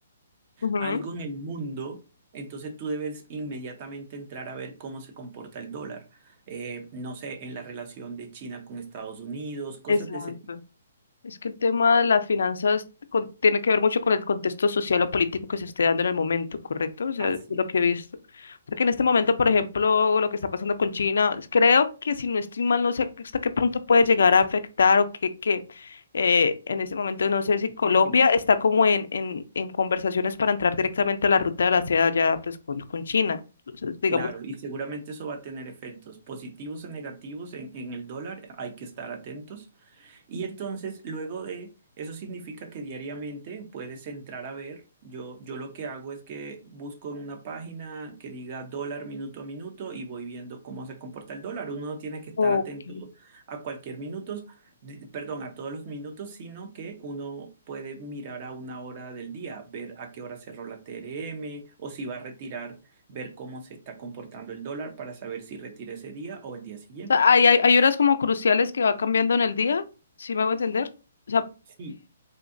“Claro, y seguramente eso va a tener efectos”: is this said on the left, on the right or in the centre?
Right